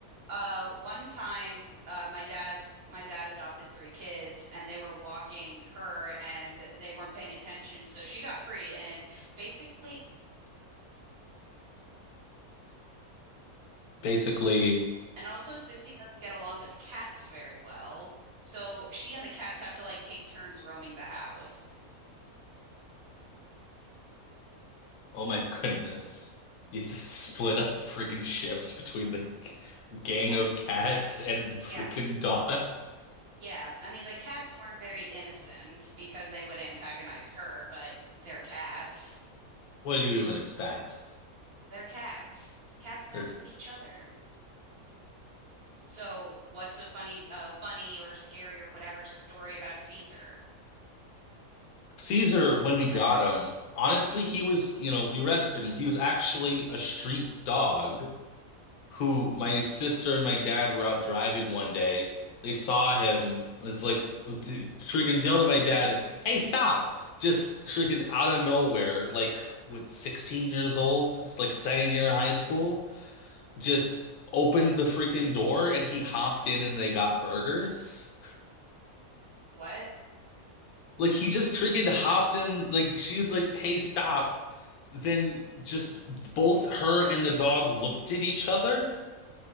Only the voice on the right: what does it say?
uh, one time, uh, my dad's my dad adopted three kids, and they were walking her, and they weren't paying attention, so she got free, and basically
And also, Sissy doesn't get along with cats very well. So she and the cats have to like take turns roaming the house.
Yeah,
yeah,
yeah. I mean, the cats weren't very innocent because they would antagonize her, but they're cats.
They're cats. Cats mess
with each other. So what's a funny, uh, funny or scary or whatever story about Caesar?
Which is
What
I heard.
What?